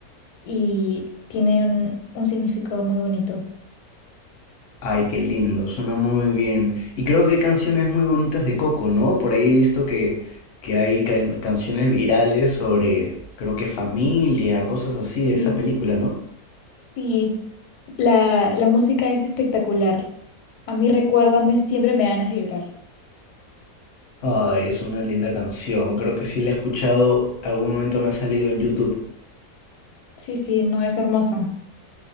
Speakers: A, on the left; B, on the left.
A: y tienen un significado muy bonito.
B: Ay, qué lindo, suena muy bien. Y creo que hay canciones muy bonitas de Coco, ¿no? Por ahí he visto que, que hay can- canciones virales sobre, creo que familia, cosas así
A: Sí,
B: de esa película, ¿no?
A: sí. La, la música es espectacular. A mí recuérdame, siempre me dan ganas de llorar.
B: Ay, es una linda canción. Creo que sí la he escuchado, algún momento me ha salido en YouTube.
A: Sí, sí, no es hermosa.